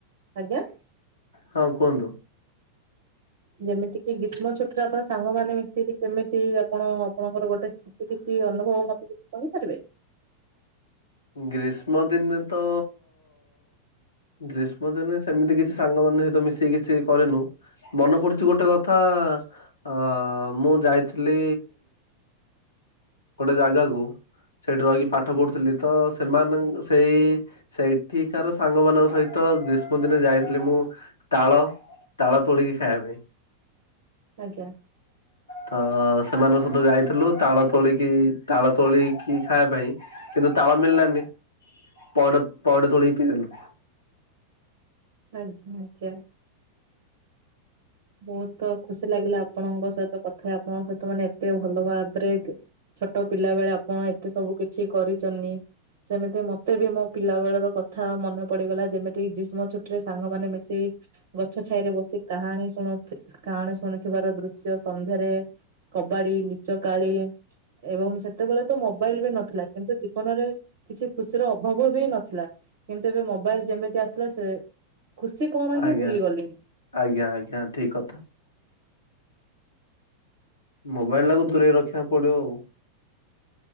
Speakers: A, on the right (about 50°); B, on the left (about 75°).
A: ଆଜ୍ଞା।
B: ହଁ କୁହନ୍ତୁ।
A: ଯେମିତି କିି ଗ୍ରୀଷ୍ମ ଛୁଟରେ ଆପଣ ସାଙ୍ଗମାନେ ମିଶିକି କେମିତି ଆପଣ ଆପଣଙ୍କର ଗୋଟେ ସ୍ମୃତି କିଛି ଅନୁଭବ ମତେ କିଛି କହିପାରିବେ?
B: ଗ୍ରୀଷ୍ମ ଦିନରେ ତ ଗ୍ରୀଷ୍ମ ଦିନରେ ସେମିତି କିଛି ସାଙ୍ଗ ମାନଙ୍କ ସହିତ ମିଶିକି କିଛି କରିନୁ। ମନେ ପଡୁଛି ଗୋଟେ କଥା ଅ ମୁଁ ଯାଇଥିଲି ଗୋଟେ ଜାଗାକୁ। ସେଠି ରହିକି ପାଠ ପଢୁଥିଲି ତ ସେମାନ ସେଇ ସେଇଠିକାର ସାଙ୍ଗ ମାନଙ୍କ ସହିତ ଗ୍ରୀଷ୍ମ ଦିନେ ଯାଇଥିଲି ମୁଁ ତାଳ ତାଳ ତୋଳିକି ଖାଇବା ପାଇଁ।
A: ଆଜ୍ଞା।
B: ତ ସେମାନଙ୍କ ସହିତ ଯାଇଥିଲୁ ତାଳ ତୋଳିକି ତାଳ ତୋଳିକି ଖାଇବା ପାଇଁ। କିନ୍ତୁ ତାଳ ମିଳିଲାନି ପଇଡ଼ ପାଇଡ଼ ତୋଲିକି ପିଇଦେଲୁ।
A: ଆଜ୍ଞା ଆଜ୍ଞା। ବହୁତ ଖୁସି ଲାଗିଲା ଆପଣଙ୍କ ସହିତ କଥା ଆପଣଙ୍କ ସହିତ ମାନେ ଏତେ ଭଲ ଭାବରେ ଛୋଟ ପିଲା ବେଳେ ଆପଣ ଏତେ ସବୁ କିଛି କରିଛନ୍ତି। ସେମିତି ମତେ ବି ମୋ ପିଲା ବେଳର କଥା ମନେ ପଡିଗଲା ଯେମିତି ଗ୍ରୀଷ୍ମ ଛୁ ଟିରେ ସାଙ୍ଗ ମାନେ ମିଶି ଗଛ ଛାଇରେ ବସି କାହାଣୀ ଶୁଣ କାହାଣ ଶୁଣୁଥିବାର ଦୃଶ୍ୟ ସନ୍ଧ୍ୟାରେ କବାଡି, ଲୁଚକାଳି, ଏବଂ ସେତେବେଳେ ତ ମୋବାଇଲ ବି ନଥିଲା କିନ୍ତୁ ଜୀବନରେ କିଛି ଖୁସିର ଅଭାବ ବି ନଥିଲା କିନ୍ତୁ ଏବେ ମୋବାଇଲ ଯେମିତି ଆସିଲା ସେ ଖୁସି କଣ
B: ଆଜ୍ଞା।
A: ହିଁ ଭୁଲିଗଲିଣି।
B: ଆଜ୍ଞା ଆଜ୍ଞା ଠିକ୍ କଥା। ମୋବାଇଲଟାକୁ ଦୂରେଇ ରଖିବାକୁ ପଡିବ ଆଉ।